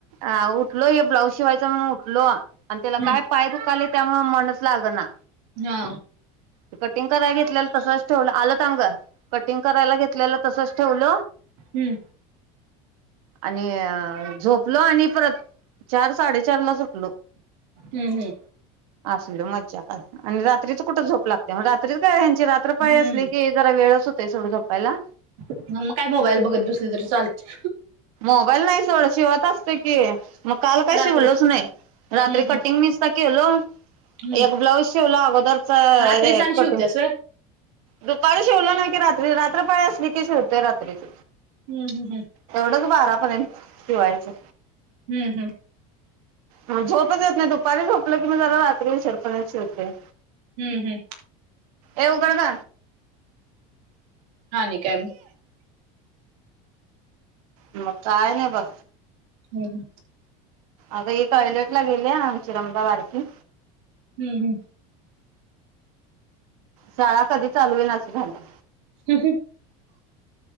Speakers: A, on the right (about 80°); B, on the right (about 70°).
A: अ उठलो हे ब्लाऊज शिवायच म्हणून उठलो आणि त्याला
B: हम्म
A: काय पाय दुकालेत त्यामुळ मनच लाग ना
B: हा
A: त कटिंग कराय घेत <unintelligible> तसच ठेवल आलो थांब ग कटिंग करायला घेतलेल तसच ठेवल
B: हूं
A: आणि अ झोपलो आणि परत चार साडे चारलाच उठ नो
B: हूं हूं
A: असूदे मज्जा का आणि रात्रीच कुठ झोप लागते मग रात्रीच काय रात्र पाळी
B: हम्म
A: असली की जरा वेळ होत ते सोड झोपायला
B: मंग मग काय मोबाईल बघत बसल तरी चालत
A: मोबाईल नाही सोड शिवत असतय की मग काल काय
B: रात्री
A: शिवलोच नाही रात्री
B: हम्म
A: कटिंग
B: हम्म
A: निसस्त केलो
B: हम्म
A: एक ब्लाऊज शिवला बदल च
B: रात्रीच
A: हे
B: आणि
A: कट
B: शिवत्यास व्हय
A: दुपारी शिवल नाय की रात्री रात्रपाळी असली की शिवतय रात्रीच
B: हम्म हम्म
A: रोज बारापर्यंत जेवायचं
B: हूं हूं
A: मग झोपच येत नाही दुपारी झोपलं कि, मग जरा रात्री उशिरापर्यंत शिवते.
B: हम्म, हम्म
A: ए उघड ग.
B: आणि काय मग?
A: मग काय नाही बघ.
B: हम्म, हम्म
A: अग ही टॉयलेटला गेलीया आमची रंभा बारकी.
B: हम्म, हम्म
A: शाळा कधी चालू होईल ना अस झालंय.
B: <unintelligible>